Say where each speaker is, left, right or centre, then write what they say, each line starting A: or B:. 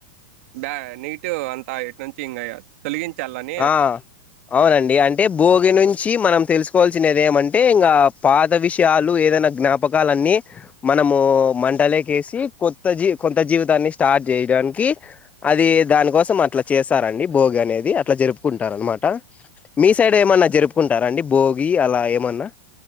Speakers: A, on the right; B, on the left.
A: బా నీట్ అంతా ఇటు నుంచి ఇంగా తొలగించాలని.
B: ఆహ్ అవునండి అంటే భోగి నుంచి మనం తెలుసుకోవాల్సినది ఏమంటే ఇంకా. పాత విషయాలు ఏదైనా జ్ఞాపకాలన్నీ. మనము మంటలేక వేసి కొత్త జీ కొత్త జీవితాన్ని స్టార్ట్ చేయడానికి. అది దానికోసం అట్లా చేస్తారండి భోగి అనేది. అట్లా జరుపుకుంటారనమాట మీ సైడ్ ఏమన్నా జరుపుకుంటారా అండి భోగి అలా ఏమన్నా.